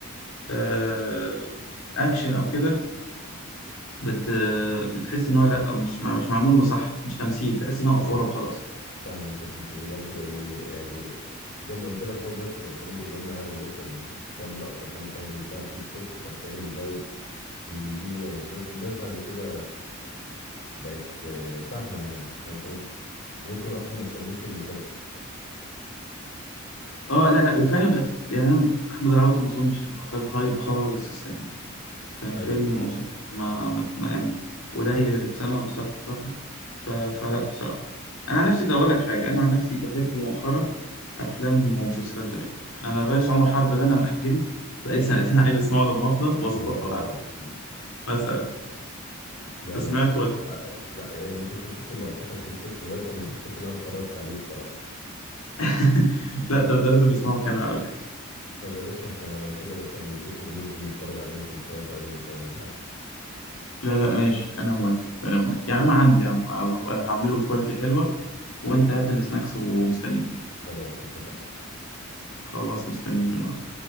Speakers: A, on the left; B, on the left.
A: آه، اكشن او كده بت بتحس ان هو لا مش مع- مش معمول مصح مش تمثيل تحس ان هو
B: ايوه
A: افوره وخلاص
B: فاهم فاهمك في الحته دي برضه لان يعني زي ما قلت لك هم دلوقتي بيعتمدوا اللي هم ياخدوا مثلا كام لقطه كام بتاع ينزلوها على تيك توك فبتعمل فايب يجيبوا ناس بس الناس بعد كده بقت آه، فاهمه يعني انت فاهم قصدي ممكن اصلا ما تكملش المسلسل
A: اه لا لا وفعلا بقت تت- يعني أنا احمد العوضي ما اظنش انه خد هايب خالص السنه دي كان
B: ايوه
A: فيلم ومسلسل ما, ما ما- يعني قليل اللي اتسمع بصراحه ف... فلا بصراحه انا عن نفسي ده اقول لك حاجه انا عن نفسي بحب مؤخرا افلام ومسلسلات زمان انا الرئيس عمر حرب ده انا ماجله بقالي سنتين عايز اسمعه لما افضى واظبط
B: اه
A: له قعده مثلا
B: ده
A: انت سمعت ولا
B: آه لا يعني كنت بشوف له لقطات على التيك توك لغايه لما حسيت ان انا اتفرجت عليه الصراحه
A: <laughs> لا طب ده لازم نسمعه كامل على فكره
B: طب يا باشا احنا لو كده مثلا نتفق وننزل نتفرج عليه مثلا سوا في اي مكان او حاجه
A: لا لا ماشي انا موافق انا موافق يا عم عندي يا عم هظبط انا هعمله بكواليتي حلوه وانت هات السناكس ومستنيك
B: خلاص اتفقنا
A: خلاص مستنيك النهارده